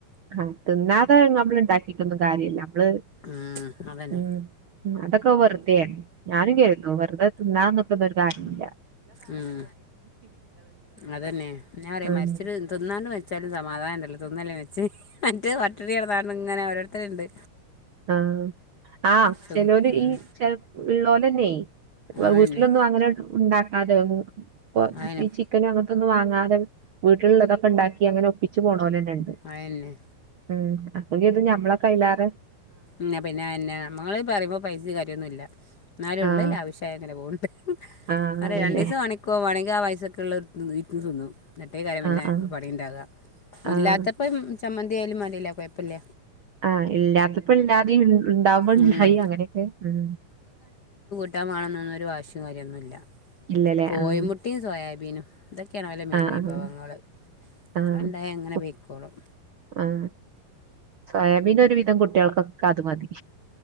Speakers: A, on the right (about 65°); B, on the left (about 80°).
A: ആ തിന്നാതെ നമ്മള് ണ്ടാക്കിട്ടൊന്നും കാര്യല്ല നമ്മള്
B: ഉം, അതന്നെ
A: ഉം ഉം അതൊക്കെ വെർതേണ് ഞാനുംകരുതും വെർതെ തിന്നാന്നുട്ടൊന്നൊരു കാര്യോല്ല.
B: ഉം അതന്നെ ഞാറയാ
A: ഉം
B: മരിച്ചിട്ട് തിന്നാണ്ട് മരിച്ചാലും സമാധാനൊണ്ടല്ലോ. ഇതൊന്നല്ല വെച്ചെ മറ്റെത് പട്ടിണി കെടന്നാണ്ട്ങ്ങനെ ഓരോരുത്തര്ണ്ട്.
A: ആ ആ
B: സു-
A: ചെലോര്
B: ഉം,
A: ഈ ചെല ഉള്ളോലെന്നേ ഇപ്പൊ താ
B: അതന്നെ
A: വീട്ടിലൊന്നും അങ്ങനെ ഉണ്ടാക്കാതെ പ്പൊ
B: അതന്നെ
A: ഈ ചിക്കനും അങ്ങൻ ത്ത്ന്ന്‌ വാങ്ങാതെ വീട്ടിലുള്ളതൊക്കെണ്ടാക്കി അങ്ങനെ ഒപ്പിച്ച് പോണോല്ണ്ട് ണ്ട്
B: അതന്നെ
A: ഉം അപ്പെക്കിത് ഞമ്മളെക്കയ്യിലേറെ
B: ന്നെ പിന്നെ അയെന്നെ നമ്മള് പറയുമ്പോ പൈസീ കാര്യോന്നുല്ല ന്നാലും
A: ആഹ്
B: ഇള്ളെ ലാവിഷായി ങ്ങനെ പോണ്
A: ആഹ്
B: അല്ലേ
A: അതന്നെ
B: രണ്ടീസണിക്കോവാണെങ്കി ആ പൈസക്ക്‌ള്ളതിരുന്ന് തിന്നും മറ്റേകാര്യം പിന്നെ
A: ആഹ് ആഹ്
B: പണിണ്ടാക
A: ആഹ്
B: ഇല്ലാ ചമ്മന്തിയാലും മതിലേ കൊയപ്പല്ല
A: ആ ഇല്ലാത്തപ്പ ഇല്ലാതേം ഇണ്ടാവുമ്പോ ഇണ്ടായിം
B: ഉം
A: അങ്ങനൊക്കെ ഉം
B: ഇഷ്ടമാണെന്നൊന്നൊരു വാശീ കാര്യൊന്നുല്ല.
A: ഇല്ലല്ലേ
B: കോയിമുട്ടിം
A: ആഹ്
B: സോയാബീനും ഇത ക്കെയാണോലെ മെയിൻ
A: ആഹ് ആഹ്
B: വിഭവങ്ങള്
A: ആഹ്
B: അത്ണ്ടായൽ അങ്ങനെ
A: കു
B: വെയ്ക്കോളും.
A: ആഹ് സോയാബീൻ ഒരു വിധം കുട്ടികൾക്കൊക്കെ അത് മതി.